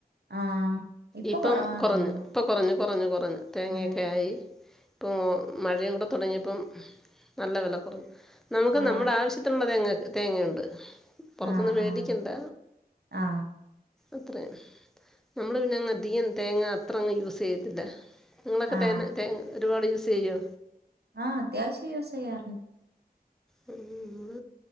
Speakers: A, on the right; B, in the centre.
A: ആ ഇപ്പൊ
B: ഇപ്പം
A: കൊറവാ
B: കുറഞ്ഞ്
A: തോന്നുന്നു
B: പ്പം കൊറഞ്ഞ് കൊറഞ്ഞ് കൊറഞ്ഞ് തേങ്ങെയൊക്കെ
A: അതെ
B: ആയി പ്പോ മഴയൂട തടങ്ങിയപ്പം നല്ല വെല കൊറഞ്ഞ് നമുക്ക്
A: ആ
B: നമ്മുടെ ആവശ്യത്തിനുള്ളത് തെങ്ങ് തേങ്ങയുണ്ട് പുറത്ത്ന്ന്
A: ആ
B: മേടിക്കണ്ട
A: ആ ആ
B: അത്രയും നമ്മള് പിന്നെ അങ്ങ് അധികം തേങ്ങ അത്ര അങ്ങ് യൂസ് ചെയ്യത്തില്ല നിങ്ങളൊക്കെ
A: ആ
B: തേ തേങ്ങ ഒരുപാട് യൂസ് ചെയ്യോ
A: ആ അത്യാവശ്യം യൂസ്സെയ്യാറ്ണ്ട്
B: നമ്മൾ